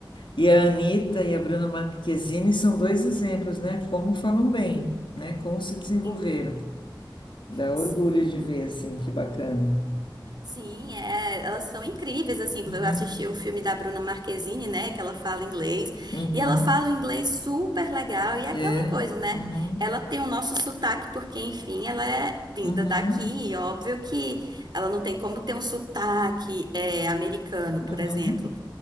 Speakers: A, on the left; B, on the right.
A: E a Anitta e a Bruna Marquezine são dois exemplos, né? Como falam bem, né? Como se desenvolveram.
B: Sim,
A: Dá orgulho
B: sim.
A: de ver, assim, que bacana.
B: Sim, é, elas são incríveis, assim,
A: Uhum,
B: eu assisti o filme da Bruna Marquezine, né, que ela fala inglês,
A: uhum,
B: e ela fala o inglês super legal, e é aquela
A: é,
B: coisa, né,
A: uhum,
B: ela tem o nosso sotaque, porque, enfim, ela é vinda
A: uhum,
B: daqui, e óbvio que ela não tem como ter um sotaque é, americano,
A: uhum.
B: por exemplo,